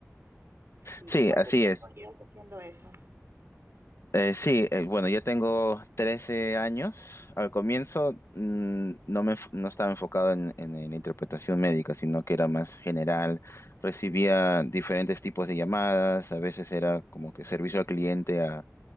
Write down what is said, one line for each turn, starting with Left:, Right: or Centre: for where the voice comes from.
Right: Sí,
Left: Sí,
Right: ¿cuánto
Left: así
Right: tiempo
Left: es.
Right: llevas haciendo eso?
Left: Eh, sí, eh, bueno, yo tengo 13 años. Al comienzo mm, no me, no estaba enfocado en, en la interpretación médica, sino que era más general. Recibía diferentes tipos de llamadas, a veces era como que servicio al cliente a,